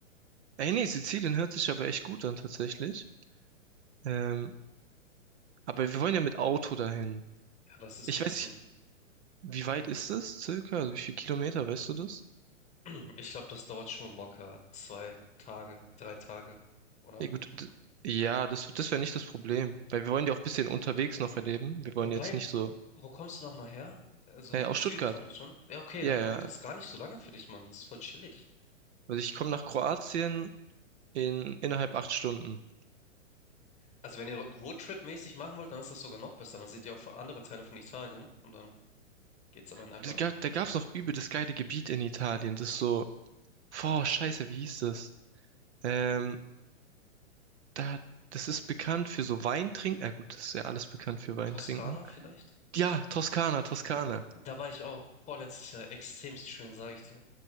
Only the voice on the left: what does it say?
Ja, das ist
ein bisschen.
<clears throat> Ich glaube, das dauert schon locker zwei Tage, drei Tage, oder?
Wobei,
wo kommst du nochmal her? Also
Süden
von Deutschland? Ja, okay,
dann
dauert das gar nicht so lange für dich, Mann. Das ist voll chillig.
Also wenn ihr Roadtrip-mäßig machen wollt, dann ist das sogar noch besser. Dann seht ihr auch von- andere Teile von Italien und dann geht's am Ende einfach
Toskana vielleicht?
Da war ich auch vorletztes Jahr extremst schön, sage ich dir.